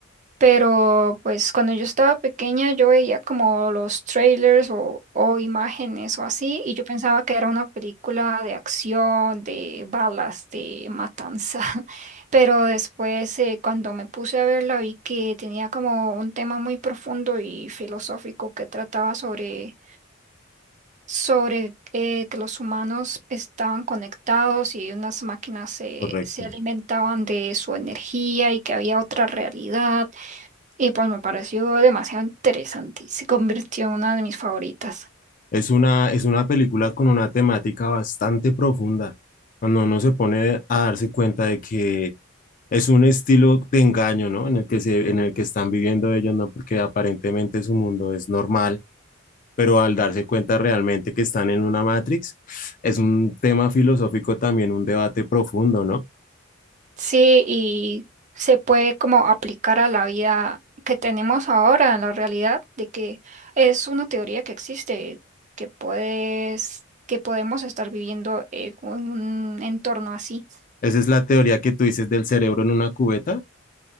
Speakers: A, on the right; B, on the left.
A: Pero pues cuando yo estaba pequeña yo veía como los trailers o, o imágenes o así y yo pensaba que era una película de acción, de balas, de matanza. <laughs> Pero después eh, cuando me puse a verla vi que tenía como un tema muy profundo y filosófico que trataba sobre, sobre eh, que los humanos estaban conectados y unas máquinas se
B: Correcto.
A: se alimentaban de su energía y que había otra realidad. Y pues me pareció demasiado interesante. y Se convirtió en una de mis favoritas.
B: Es una, es una película con una temática bastante profunda, cuando uno se pone a darse cuenta de que es un estilo de engaño, ¿no? En el que se, en el que están viviendo ellos, ¿no? Porque aparentemente su mundo es normal, pero al darse cuenta realmente que están en una Matrix, es un tema filosófico también, un debate profundo, ¿no?
A: Sí, y se puede como aplicar a la vida que tenemos ahora, en la realidad, de que es una teoría que existe, que puedes, que podemos estar viviendo en un entorno así.
B: Esa es la teoría que tú dices del cerebro en una cubeta.